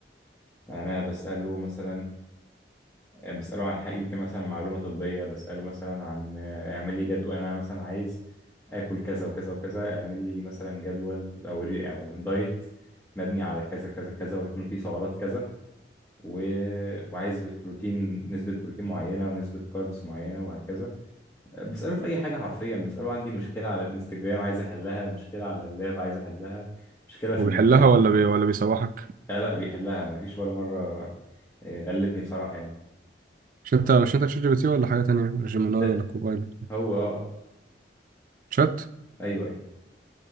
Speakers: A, on the left (about 15°); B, on the right (about 50°).
A: يعني انا بساله مثلا بساله عن حاجه يمكن مثلا معلومه طبيه بساله مثلا عن آه، اعمل لي جدول انا مثلا عايز اكل كذا وكذا وكذا اعمل لي مثلا جدول او ري- او دايت مبني على كذا كذا كذا ويكون فيه سعرات كذا و... وعايز بروتين نسبة بروتين معينة ونسبة كاربس معينة وهكذا بسأله في أي حاجة حرفيا بسأله عندي مشكلة على الانستجرام عايز أحلها مشكلة على اللاب عايز أحلها مشكلة في
B: وبيحلها
A: التليفون
B: ولا بي... ولا بيسوحك
A: لا لا بيحلها ما فيش ولا مرة آه، غلبني بصراحة يعني
B: مش انت مش انت تشات جي بي تي ولا حاجة تانية ولا جيميناي
A: س-
B: ولا كوبايلوت
A: هو اه
B: شات
A: ايوه ايوه